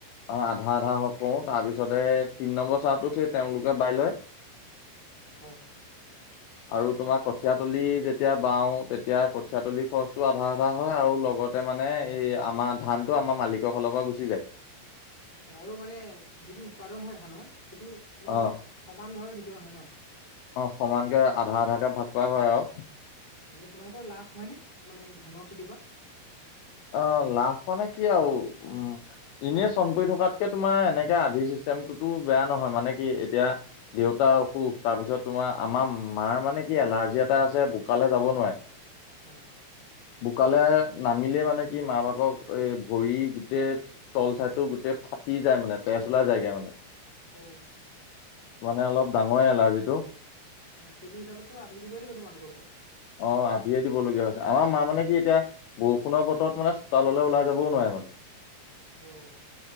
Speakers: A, on the left; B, in the centre.
A: অ আধা আধা হ কৰো তাৰপিছতে তিনি নম্বৰ চাহতো সেই তেওঁলোকে বাই লয়। <inaudible>
B: হয়।
A: <inaudible> আৰু তোমাৰ কঠিয়াতলি যেতিয়া বাওঁ তেতিয়া কঠিয় তলিৰ খৰচটো আধা আধা হয় আৰু লগত- তাতে মানে এই আমাৰ ধান টো আমাৰ মালিকৰ ফালৰ পৰা গুচি যায়।
B: আৰু মানে যিটো উৎপাদন হয় ধানৰ সেইটো- মানে
A: অ,
B: সমান ভাৱে বিতৰণ হয় ন
A: অ সমানকে আধা আধা কৈ ভাগ পোৱা হয় আৰু।
B: এনে তোমালোকৰ লাভ হয়নে মানে ধানৰ খেতিৰ পৰা।
A: অ লাভ মানে কি আৰু উম এনেই চন পৰি থকাতকে তোমাৰ এনেকে আধিৰ সৃষ্টি- মতো বেয়া নহয় মানে কি এতিয়া- দেউতা অসুখ তাৰপিছত তোমাৰ আমাৰ মাৰ মানে- কি এলাৰ্জি এটা আছে বোকালে যাব নোৱাৰে,
B: হয়
A: বোকালে নামিলে মানে- নে কি মা বাপক এ ভৰি গোটেই- তল চাইটো গোটেই ফাটি যায় মানে তেজ ওলা যায়গে মানে।
B: অ।
A: মানে অলপ ডাঙৰে এলাৰ্জি টো।
B: অ সেইটো হিচাপত টো অধিদিবই লাগিব বাৰু।
A: অ আধিয়ে দিবলগীয়া হৈছে আমাৰ মা মানে কি এতিয়া- বৰষুণৰ বতৰত মানে চোতাললে ওলাই যাবও নোৱাৰে মানে।
B: অহ।